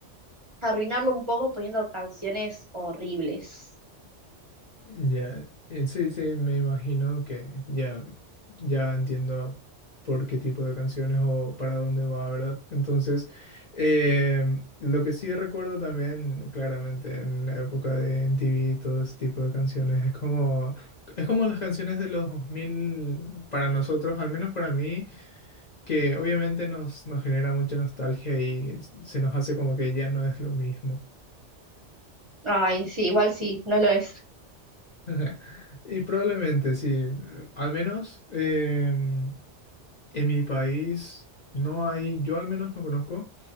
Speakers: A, on the right; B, on the left.
A: arruinarlo un poco poniendo canciones horribles.
B: Ya, eh, sí, sí, me imagino que ya, ya entiendo por qué tipo de canciones o para dónde va, ¿verdad? Entonces, em, lo que sí recuerdo también, claramente, en la época de MTV, todo ese tipo de canciones, es como, es como las canciones de los 2000 para nosotros, al menos para mí, que obviamente nos, nos genera mucha nostalgia y se nos hace como que ya no es lo mismo.
A: Ay, sí, igual sí, no lo es.
B: <laughs> Ajá. Y probablemente sí, al menos em, en mi país no hay, yo al menos no conozco